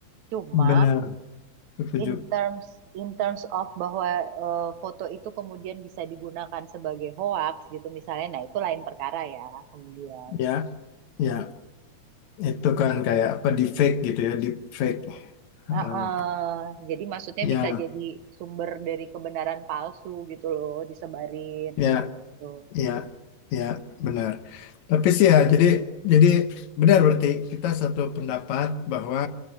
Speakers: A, on the right; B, on the left.
A: Cuma
B: benar setuju
A: in terms in terms of bahwa eh, foto itu kemudian bisa digunakan sebagai hoax gitu misalnya, nah itu lain perkara ya kemudian.
B: ya ya itu kan kayak apa deepfake gitu ya deepfake Oh,
A: Heeh. Jadi maksudnya
B: ya
A: bisa jadi sumber dari kebenaran palsu gitu loh disebarin
B: ya
A: kayak gitu.
B: Iya, iya, benar. Tapi sih ya, jadi jadi benar berarti kita satu pendapat bahwa